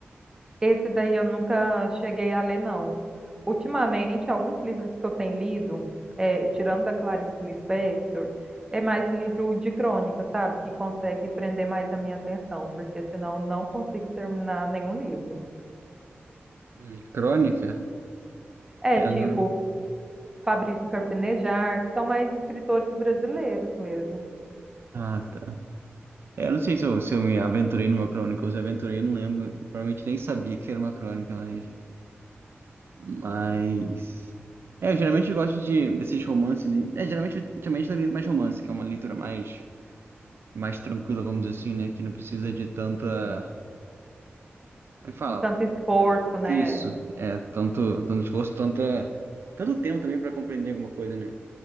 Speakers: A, on the right (about 15°); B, on the right (about 60°).
A: Esse daí eu nunca cheguei a ler, não. Ultimamente, alguns livros que eu tenho lido, é, tirando da Clarice Lispector, é mais livro de crônica, sabe? Que consegue prender mais a minha atenção, porque senão eu não consigo terminar nenhum livro.
B: Hum, crônica?
A: É,
B: Ela.
A: tipo Fabrício Carpinejar, que são mais escritores brasileiros mesmo.
B: Ah, tá. É, eu não sei se eu, se eu me aventurei numa crônica ou se aventurei, eu não lembro. Eu provavelmente nem sabia que era uma crônica, mas. Mas. É, eu geralmente gosto de, desses romances. e- É, geralmente, ultimamente eu lido mais romance, que é uma leitura mais, mais tranquila, vamos dizer assim, né? Que não precisa de tanta. Como é que fala?
A: Tanto esforço, né?
B: Isso. É, tanto, tanto esforço, tanta, tanto tempo também pra compreender alguma coisa, né?